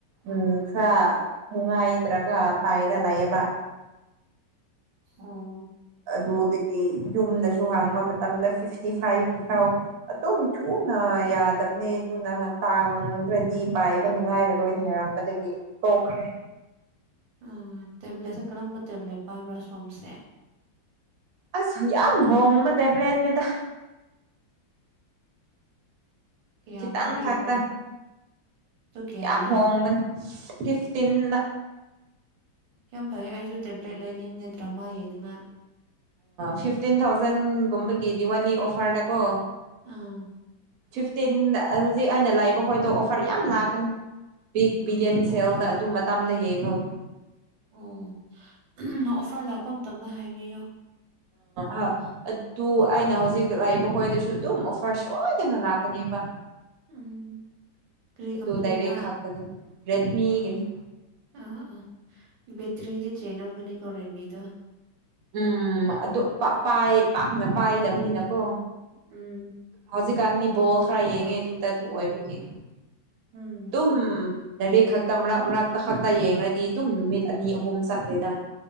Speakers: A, on the right (about 70°); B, on the right (about 85°).
A: ꯎꯝ ꯈꯔ ꯅꯨꯡꯉꯥꯏꯇ꯭ꯔꯒ ꯄꯥꯏꯔ ꯂꯩꯌꯦꯕ
B: ꯑꯣ
A: ꯑꯗꯨꯗꯒꯤ ꯌꯨꯝꯗꯁꯨ ꯍꯥꯡꯕ ꯃꯇꯝꯗ ꯐꯤꯐꯇꯤ ꯐꯥꯏꯚꯀꯤ ꯐꯥꯎ ꯑꯗꯨꯝ ꯊꯨꯅ ꯌꯥꯗꯕꯅꯦ ꯑꯗꯨꯅ ꯇꯥꯡꯗ꯭ꯔꯗꯤ ꯄꯥꯏꯕ ꯅꯨꯡꯉꯥꯏꯔꯔꯣꯏꯅ ꯍꯥꯏꯔꯛ ꯑꯗꯒꯤ ꯇꯣꯛꯈ꯭ꯔꯦ
B: ꯑ ꯇꯦꯕ꯭ꯂꯦꯠꯁꯦ ꯀꯔꯝꯕ ꯇꯦꯕ꯭ꯂꯦꯠ ꯄꯥꯏꯕ꯭ꯔꯥ ꯁꯣꯝꯁꯦ
A: ꯑꯁ ꯌꯥꯝꯝ ꯍꯣꯡꯕ ꯇꯦꯕ꯭ꯂꯠꯅꯤꯗ
B: ꯀꯌꯥꯃꯨꯛ
A: ꯈꯤꯇꯪ
B: ꯄꯤꯕ꯭ꯔꯥ
A: ꯈꯥꯛꯛꯇ
B: ꯑꯗꯨ ꯀꯌꯥꯔꯥ
A: ꯌꯥꯝ ꯍꯣꯡꯕꯅꯤ ꯐꯤꯐꯇꯤꯟꯗ
B: ꯌꯥꯝ ꯐꯩ ꯑꯩꯁꯨ ꯇꯦꯕ꯭ꯂꯦꯠ ꯂꯩꯅꯤꯡꯉꯅꯦ ꯗ꯭ꯔꯃꯥ ꯌꯦꯡꯅꯤꯡꯉ
A: ꯐꯤꯐꯇꯤꯟ ꯊꯥꯎꯖꯟꯒꯨꯝꯕꯒꯤ ꯗꯤꯋꯥꯂꯤ ꯑꯣꯐꯔꯗꯀꯣ
B: ꯑꯥ
A: ꯐꯤꯐꯇꯤꯟꯗ ꯍꯧꯖꯤꯛ ꯑꯩꯅ ꯂꯥꯛꯏꯕ ꯈꯣꯗꯣ ꯑꯣꯐꯔ ꯌꯥꯝ ꯂꯥꯛꯀꯅꯤ ꯕꯤꯛ ꯕꯤꯂꯤꯌꯟ ꯁꯦꯜꯗ ꯑꯗꯨ ꯃꯇꯝꯗ ꯌꯦꯡꯉꯨ
B: ꯑꯣ ꯑꯣꯐꯔ ꯂꯥꯛꯄ ꯃꯇꯝꯗ ꯍꯥꯏꯕꯤꯌꯣ
A: ꯑ <unintelligible> ꯑꯗꯨ ꯑꯩꯅ ꯍꯧꯖꯤꯛ ꯂꯩꯏꯕ ꯍꯣꯏꯗꯁꯨ ꯑꯗꯨꯝ ꯑꯣꯐꯔ ꯁꯣꯏꯗꯅ ꯂꯥꯛꯀꯅꯦꯕ
B: ꯎꯝ ꯀꯔꯤ
A: ꯑꯗꯨ
B: ꯀꯝꯄꯅꯤꯔꯥ
A: ꯗꯥꯔꯦꯛ ꯈꯥꯛꯇ ꯔꯦꯗꯃꯤꯒꯅꯤ
B: ꯑꯥ ꯑ ꯕꯦꯇ꯭ꯔꯤꯗꯤ ꯆꯂꯂꯝꯒꯅꯤ ꯔ‌ꯦꯠꯃꯤꯗꯣ
A: ꯎꯝ ꯑꯗꯨ ꯄꯥꯏ ꯄꯥꯛꯅ ꯄꯥꯏꯗꯕꯅꯤꯅꯀꯣ
B: ꯎꯝ
A: ꯍꯧꯖꯤꯛꯀꯥꯟꯗꯤ ꯕꯣꯜ ꯈꯔ ꯌꯦꯡꯉꯦ ꯑꯗꯨꯗ ꯑꯗꯨ ꯑꯣꯏꯕꯒꯤ
B: ꯎꯝ
A: ꯑꯗꯨꯝ ꯂꯥꯏꯔꯤꯛ ꯈꯛꯇ ꯃꯔꯛ ꯃꯔꯛꯇ ꯈꯛꯇ ꯌꯦꯡꯉꯗꯤ ꯑꯗꯨꯝ ꯅꯨꯃꯤꯠ ꯑꯅꯤ ꯑꯍꯨꯝ ꯆꯠꯂ‌ꯦꯗ